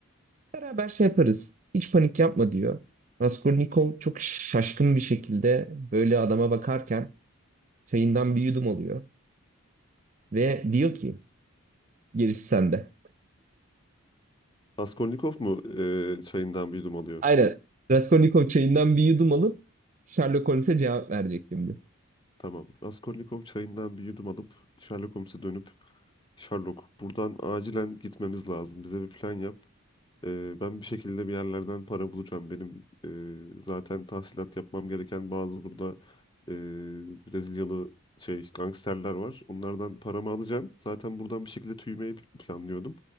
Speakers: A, on the right; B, on the left.
A: Beraber şey yaparız. Hiç panik yapma diyor. Raskolnikov çok şaşkın bir şekilde böyle adama bakarken çayından bir yudum alıyor ve diyor ki gerisi sende.
B: Raskolnikov mu e, çayından bir yudum alıyor?
A: Aynen. Raskolnikov çayından bir yudum alıp Sherlock Holmes'e cevap verecek şimdi.
B: Tamam. Raskolnikov çayından bir yudum alıp Sherlock Holmes'e dönüp Sherlock buradan acilen gitmemiz lazım. Bize bir plan yap. Ee, ben bir şekilde bir yerlerden para bulacağım. Benim e, zaten tahsilat yapmam gereken bazı burada e, Brezilyalı şey gangsterler var. Onlardan paramı alacağım. Zaten buradan bir şekilde tüymeyi planlıyordum.